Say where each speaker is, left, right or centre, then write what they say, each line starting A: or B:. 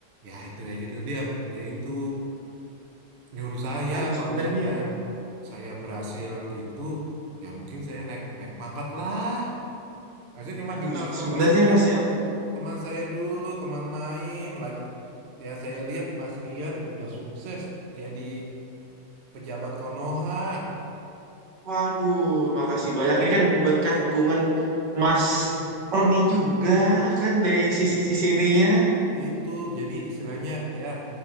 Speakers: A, on the right; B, on the right.
A: ya itu ya judul dia. Dia itu nyuruh saya.
B: aduh
A: Kalau
B: sebenarnya
A: misalnya saya berhasil itu, ya mungkin saya naik naik pangkat lah. Saya cuma
B: aduh
A: kenal
B: sebenarnya
A: sama Mas Rian
B: mas
A: teman
B: ya
A: teman saya dulu, teman main lagi. Ya saya lihat Mas Rian udah sukses jadi pejabat Konoha.
B: Waduh, makasih banyak. Ini kan berkat
A: Itu.
B: dukungan Mas
A: itu.
B: Roni juga kan dari sisi-sisi ininya.
A: Itu jadi istilahnya ya